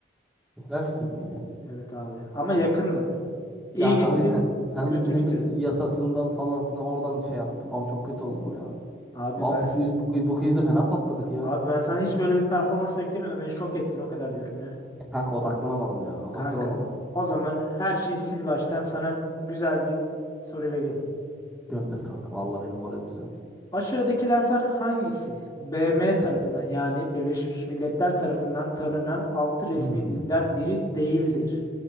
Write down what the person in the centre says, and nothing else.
Nükleer fizik miydi?
Ya
kanka ter- termodinamik
yasasından falan filan oradan şey yaptım. Abi çok kötü oldum ya.
Abi
bu
quiz, bu quiz, bu quizde fena patladık ya.
E Kanka odaklanamadım ya. Odaklanamadım.
Gönder kanka. Vallahi benim morali düzelt.
Hmm.